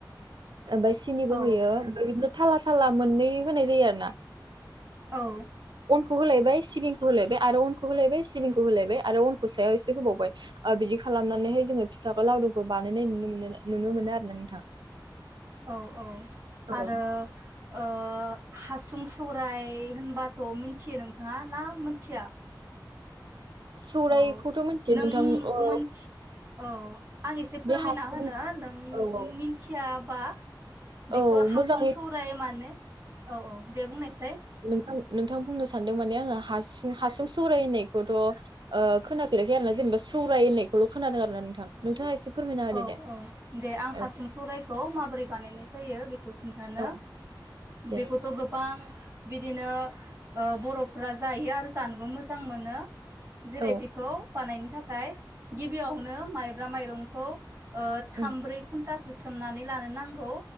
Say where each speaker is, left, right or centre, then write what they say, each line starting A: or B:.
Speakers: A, on the right; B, on the right.
A: ओमफ्राय सिनिबो
B: औ
A: होयो ओमफ्राय बिदिनो थाला थाला मोननै होनाय जायो आरो ना
B: औ
A: ओ अ खौ होलायबाय सिबिंखौ होलायबाय आरो अनखौ होलायबाय सिबिंखौ होलायबाय आरो अनखौ सायाव एसे होबावबाय बिदि खालामनानैहाय जोङो फिथाखौ लावदुंखौ बानायनाय नुनो मोनो नुनो मोनो आरो ना नोंथां
B: औ औ
A: औ
B: आरो ओ हासुं सौराय होनबाथ' मिथियो नोंथाङा ना मिथिया?
A: सौरायखौथ'
B: औ
A: मिथियो
B: नों
A: नोंथां औ
B: मोनथि औ आं एसे फोरमायना
A: बे हासुं
B: होनो नों
A: औ औ
B: मिथिया बा
A: औ
B: बेखौ हासुं
A: मोजाङै
B: सौराय मानो औ औ दे बुंनायसाय
A: आं नोंथां बुंनो सानदों माने आङो हासुं हासुं सौराय होननायखौथ ओ' खोनाफेराखै आरोना जेनेबा सौराय होननायखौल' खोनादों आरोना नोंथां नोंथाङा एसे फोरमायना होदो
B: औ
A: दे
B: औ दे आं
A: औ
B: हासुं सौरायखौ माबोरै बानायनाय जायो बे नोंथांनो
A: औ दे
B: बेखौथ' गोबां बिदिनो ओ बर'फ्रा जायो आरो जानोबो मोजां मोनो। जेरै
A: औ
B: बेखौ बानायनो थाखाय गिबियावनो माइब्रा माइरं खौ ओ थाम
A: ओं
B: ब्रै घन्टासो सोमनानै लानो नां गौ